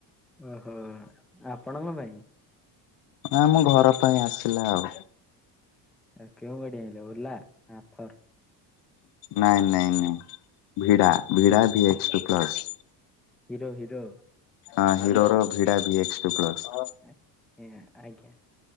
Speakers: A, in the centre; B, on the left.
A: ଓହୋ, ଆପଣଙ୍କ ପାଇଁ?
B: ଆଁ ଆମ ଘର ପାଇଁ ଆସିଲା ଆଉ।
A: ଆ କେଉଁ ଗାଡ଼ି ଆଇଁଲେ ଓଲା ନାଁ ଥର?
B: ନାଇଁ ନାଇଁ ନାଇଁ ଭିଡା ଭିଡା V H two plus.
A: Hero hero.
B: ହଁ ହିରୋର ଭିଡା ଭି ଏକ୍ସ ଟୁ ପ୍ଲସ।
A: ଏ ଏଁ ଆଜ୍ଞା।